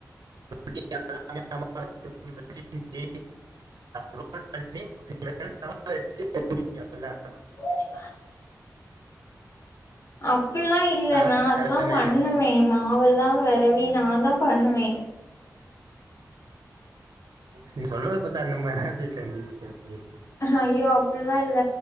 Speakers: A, on the right (about 85°); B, on the left (about 50°).
A: <inaudible> அது ரோல் பண்ணி தவால வெச்சு <inaudible>
B: <inaudible> அப்பில்லா இல்ல
A: ஆ
B: நா அதெல்லா
A: கரெக்ட் தானே
B: பண்ணுவே மாவெல்லா வெரவி நா தா பண்ணுவே
A: நீ சொல்றது பத்தா அந்த மாரிதா சிஸ்டர் இருந்திச்சு
B: ஹைய்யோ அப்பல்லா இல்ல